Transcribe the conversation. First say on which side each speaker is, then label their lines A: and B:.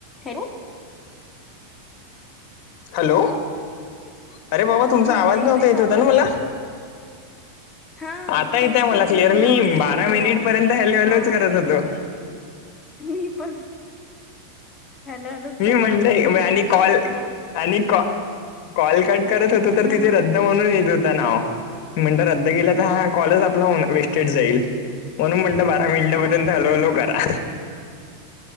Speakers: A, on the left; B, on the left.
A: हेल
B: हॅलो अरे बाबा तुमचा
A: हा
B: आवाज
A: येतय
B: नव्हता येत
A: का
B: होता
A: आवाज
B: ना मला
A: हा
B: आता येथ
A: तेच
B: मला
A: तर
B: क्लियर
A: पण
B: मी
A: आवाज देत
B: बारा
A: होते
B: मिनिट
A: आवाज
B: पर्यंत हॅलो हॅलोच
A: हा
B: करत होतो.
A: मी पण हॅलो हॅलो
B: मी
A: चल
B: म्हटलंय
A: मी
B: आणि
A: बघितलं
B: कॉल
A: म्हटलं.
B: आणि कॉ कॉल कट करत होतो तर
A: हा
B: तिथे
A: हा
B: रद्द म्हणून येत होत नाव. म्हण रद्द केेला तर हा कॉलच आपला वेस्टेड जाईल. म्हणून म्हटलं बारा मिनिटापर्यंत हॅलो हॅलो करा.